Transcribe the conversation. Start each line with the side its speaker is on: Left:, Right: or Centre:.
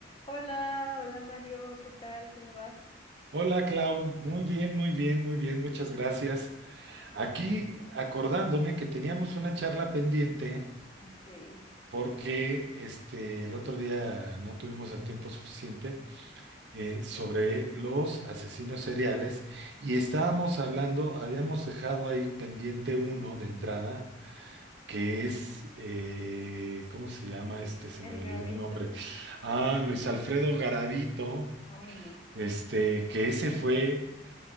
Left: Hola, hola Mario, ¿qué tal? ¿Cómo vas?
Right: Hola Clau, muy bien, muy bien, muy bien, muchas gracias.
Left: <laughs>
Right: Aquí acordándome que teníamos una charla pendiente
Left: Sí,
Right: porque este, el otro día no tuvimos el tiempo suficiente eh, sobre los asesinos seriales y estábamos hablando, habíamos dejado ahí pendiente uno de entrada, que es, eh, ¿cómo se llama este? Se
Left: el
Right: me olvidó
Left: Gavito,
Right: el nombre. Ah, Luis Alfredo Garavito,
Left: ay no.
Right: este, que ese fue